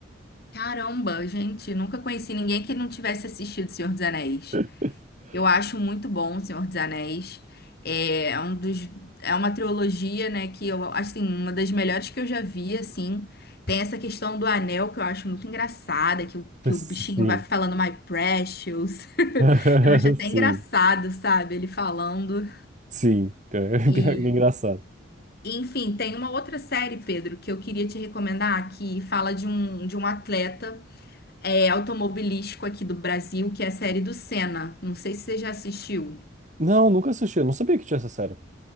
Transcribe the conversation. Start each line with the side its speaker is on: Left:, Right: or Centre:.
Left: Caramba, gente, nunca conheci ninguém que não tivesse assistido Senhor dos Anéis.
Right: <laughs>
Left: Eu acho muito bom O Senhor dos Anéis. É, é um dos, é uma trilogia, né, que eu acho assim, uma das melhores que eu já vi, assim. Tem essa questão do anel que eu acho muito engraçada, que o, que
Right: Sim.
Left: o bichinho vai falando My Precious. <laughs>
Right: <laughs>
Left: Eu acho até
Right: Sim,
Left: engraçado, sabe? Ele falando.
Right: sim. <laughs> Pior
Left: E,
Right: que é engraçado.
Left: enfim, tem uma outra série, Pedro, que eu queria te recomendar, que fala de um, de um atleta é, automobilístico aqui do Brasil, que é a série do Senna. Não sei se você já assistiu.
Right: Não, nunca assisti, eu não sabia que tinha essa série.